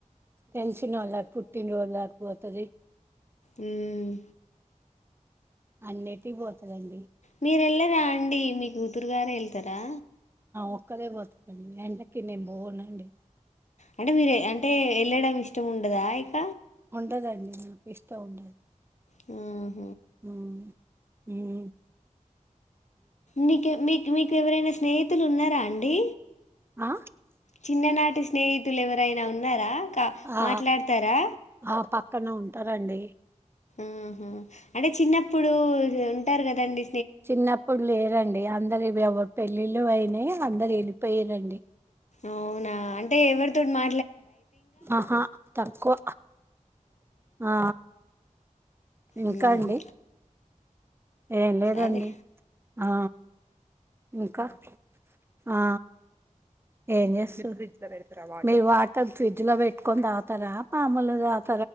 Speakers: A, on the right; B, on the left.
A: తెలిసినోళ్ల పుట్టిన రోజులకి పోతది.
B: మ్
A: అన్నిటి పోతదండి.
B: మీరు ఎల్లరా అండి మీ కూతురుగారే ఎళ్తరా?
A: ఒక్కదే పోతుందండి వెంటకి నేను బోవునండి
B: అంటే మీరు అంటే వెళ్ళడం ఇష్టం ఉండదా ఇక
A: ఉండదండి నాకిష్టం ఉండదు
B: మ్
A: మ్ మ్మ్
B: మీకె మీకు మీకు ఎవరైనా స్నేహితులు ఉన్నారా అండి
A: ఆ
B: చిన్ననాటి స్నేహితులు ఎవరైనా ఉన్నారా. కా
A: ఆ
B: మాట్లాడతారా
A: ఆ పక్కన ఉంటారండి
B: మ్ హు అంటే చిన్నప్పుడు ఉంటారు కదండి
A: చిన్నప్పుడు లేరండి అందరు ఎవరు పెళ్ళిళ్ళు అయినా అందరు వెళ్ళిపోయిరండి.
B: అవునా అంటే ఎవరితోటి మా
A: ఆహా తక్కువ ఆ ఇంకా
B: మ్
A: అండి
B: హు
A: ఏం లేదండి
B: అదే
A: ఆ ఇంకా ఆ ఏం చేస్తారు మీరు వాటర్ ఫ్రిడ్జ్ లో పెట్టుకొని తాగుతారా మాములుగా దా